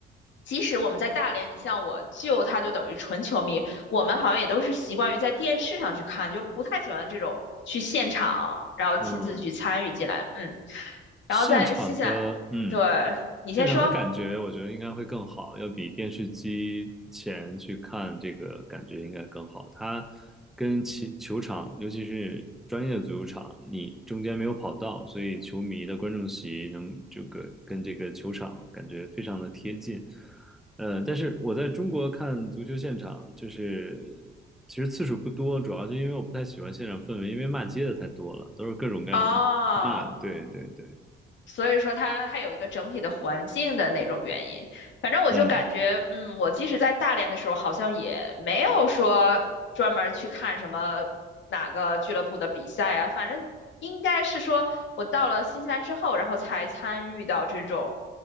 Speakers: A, on the left; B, in the centre.
A: 即使我们在大连，你像我舅，他就等于纯球迷，我们好像也都是习惯于在电视上去看，就不太喜欢这种去现场，然后亲自去参与进来。
B: 嗯嗯对嗯
A: 嗯，然后在新西兰，
B: 现场的，嗯，
A: 对，你先说。
B: 现场的感觉，我觉得应该会更好，要比电视机前去看这个感觉应该更好。它跟其球场，尤其是专业的足球场，你中间没有跑道，所以球迷的观众席能这个跟这个球场感觉非常的贴近。呃，但是我在中国看足球现场，就是其实次数不多，主要就因为我不太喜欢现场氛围，因为骂街的太多了，都是各种各样的骂，
A: 哦，
B: 对对对。
A: 所以说它还有一个整体的环境的那种原因。反正我就感觉，
B: 嗯
A: 嗯，我即使在大连的时候，好像也没有说专门儿去看什么哪个俱乐部的比赛啊。反正应该是说我到了新西兰之后，然后才参与到这种，